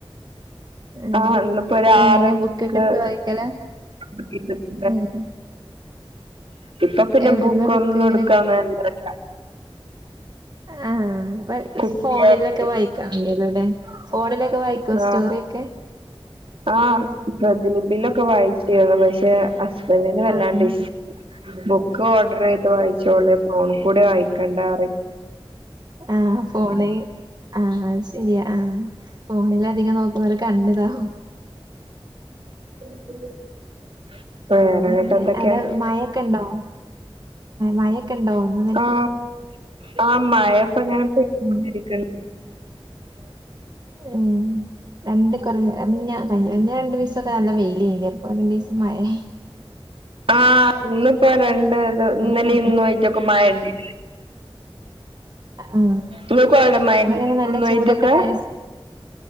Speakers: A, on the right (about 45°); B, on the right (about 65°).
A: ഏഹ്
B: ആഹ് ഇന്ന്പ്പോ ഒരാറ്
A: എങ്ങനെ ബുക്കൊക്കെ
B: ബുക്ക്
A: എടുത്ത് വായിക്കലാ?
B: <unintelligible>
A: ഏഹ്
B: ഇപ്പൊ പിന്നെ
A: എവിടുന്നാ
B: ബുക്കൊന്നും
A: ബുക്ക് ഇങ്ങനെ
B: ഇട്ക്കാൻ നേരല്ല.
A: ആഹ് ഇപ്പൊ
B: കുട്ടിയായിട്ട്
A: ഫോണിലൊക്കെ വായിക്കാൻ കയ്യൊലോ ലേ ഫോണില് ക്കെ വായിക്കോ സ്റ്റോറിയെക്കെ?
B: ആഹ് ആഹ് പ്രതിലിപീബിലൊക്ക വായി ക്കേന്നു. പശ്ശേ, ഹസ്ബൻഡിന് വല്ലാണ്ട്
A: ആഹ്
B: ഇഷ് ബു കോഡ്രെയ്ത് വായിച്ചോള് ഫോൺ കൂടെ വായിക്കണ്ടാറിം
A: ആഹ് ഫോണ് ആഹ് ശെരിയാ ആഹ് ഫോണില് അധികം നോക്കുന്നോരെ കണ്ണ്താവും
B: <inaudible> വേറെങ്ങട്ട്
A: പിന്നെങ്ങനെ
B: എന്തൊക്കെ
A: അടെ മഴൊക്കെ ഇണ്ടോ മഴൊക്കെ ഇണ്ടാവും <unintelligible>
B: ആഹ് ആഹ് മഴപ്പങ്ങനെ പെയ്തോണ്ടിരിക്ക്ണ്ട്
A: ഉം ഉം രണ്ട് കണ്ണ് <unintelligible> ഇപ്പദാ നല്ല വെയ്ലെനിലെ ഇപ്പം രണ്ടിസം മയെ
B: ആഹ് ഇന്ന് പ്പൊ രണ്ട് ഇത്
A: അവിടെങ്ങനെ
B: ഇന്നലെ ഇന്നു ആയ്ട്ടൊക്കെ മഴണ്ട്
A: അഹ് ആഹ്
B: ഇങ്ങക്കും അവിടെ മഴല്ലേ
A: അതങ്ങനെ നല്ല
B: ഇന്നും ആയിട്ടൊക്കെ
A: ചൂടൊക്കെ ഇണ്ടായ്നോ